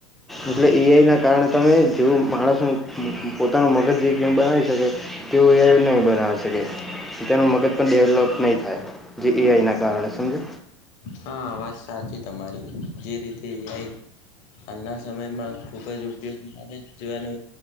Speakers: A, on the left; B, in the centre.
A: હા
B: એટલે એઈઆઈના કારણે તમે જેવું માણસનું પોતાનું મગજ જે કેમ બનાવી શકે તેવું એ નહીં બનાવી શકે તેનું મગજ પણ ડેવલોપ નહીં થાય એઆઈ ના કારણે સમજો
A: હા વાત સાચી તમારી જે રીતે એઆઈ હાલના સમયમાં ખુબજ ઉપયોગી થાયજ જેવાનો